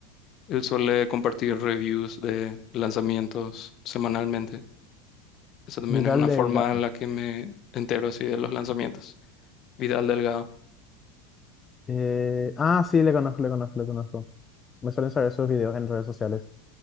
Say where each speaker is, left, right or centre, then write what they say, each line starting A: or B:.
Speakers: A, on the left (about 40°); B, on the left (about 25°).
A: Él suele compartir reviews de lanzamientos semanalmente. Esa también
B: Vidal
A: es una
B: Delgado.
A: forma en la que me entero así de los lanzamientos. Vidal Delgado.
B: Eh, ah, sí, le conozco, le conozco, le conozco. Me suelen saber sus videos en redes sociales.